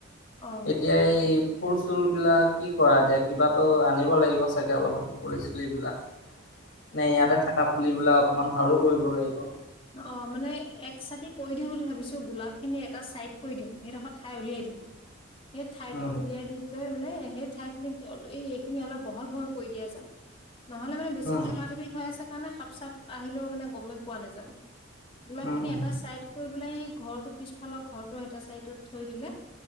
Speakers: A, on the left; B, on the left.
A: অ'
B: এতিয়া এই। ফুল চুলবিলাক কি কৰা এতিয়া কিবাতো আনিব লাগিব চাগে অলপমান ফুলি চুলিবিলাক। নে ইয়াতে থকা পুলিবিলাক অকমান ভালো কৰিব লাগিব।
A: অ মানে এক চাতি কৈ দিওঁ বুলি ভাবিছো গোলাপ খিনি এটা চাইড। কৈ দিওঁ সেই ডোখৰ ঠাই উলিয়াই দিওঁ। সেই ঠাইতো
B: উম
A: উলিয়াই দিল। মানে সেই ঠাই খিনিত অল এই এইখিনি অলপ বহল বহল কৰি দিয়া যাওক। নহ'লে মানে বেছি
B: উম
A: থেপাথেপি হৈ আছে কাৰণে সাপ চাপ আহিলেও মানে গমেই পোৱা নাযাব। গোলাপ
B: উম,
A: খিনি
B: উম,
A: এটা চাইড কৰি পেলাই সি ঘৰটোৰ পিছফালৰ ঘৰটো সেটা চাইডত থৈ দিলে।